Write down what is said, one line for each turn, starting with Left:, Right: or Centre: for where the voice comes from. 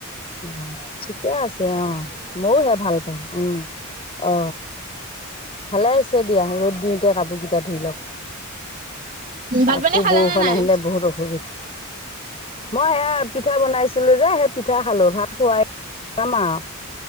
Left: অ ঠিকে আছে অ মইওহে ভাল পাওঁ উম। অ ভালেই আছে দিয়া ৰ'দ দিওঁতে কাপোৰকেইটা ধুই লও।
Right: ভাত
Left: আকৌ
Right: পানী খালে
Left: বৌষন
Right: নে নাই
Left: আহিলে বহুত অসুবিধা। মই সেয়া পিঠা বনাইছিলোঁ যে সেই পিঠা খালোঁ ভাত খুৱাই <inaudible> খাম আও